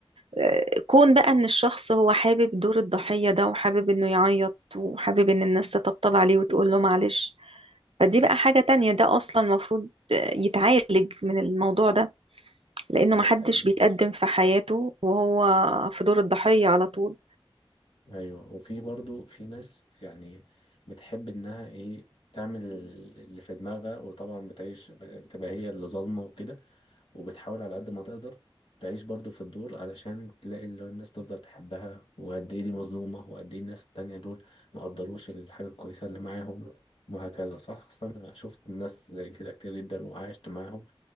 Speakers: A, on the right (about 75°); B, on the left (about 65°).
A: آه، كون بقى ان الشخص هو حابب دور الضحية ده وحابب انه يعيط وحابب ان الناس تطبطب عليه وتقول له معلش فدي بقى حاجة تانية ده اصلا المفروض آه، يتعالج من الموضوع ده لانه
B: دي
A: ما حدش
B: حقيقة
A: بيتقدم في حياته وهو في دور الضحية على طول
B: ايوه وفي برضو في ناس يعني بتحب انها ايه تعمل اللي في دماغها وطبعا بتعيش بتبقى هي اللي ظالمه وكده وبتحاول على قد ما تقدر تعيش برضو في الدور علشان تلاقي اللي هو الناس تفضل تحبها وقد ايه دي مظلومة وقد ايه الناس التانية دول مقدروش الحاجة الكويسة اللي معاهم وهكذا صح أصل أنا شفت ناس زي كده كتير جدا وعايشت معاهم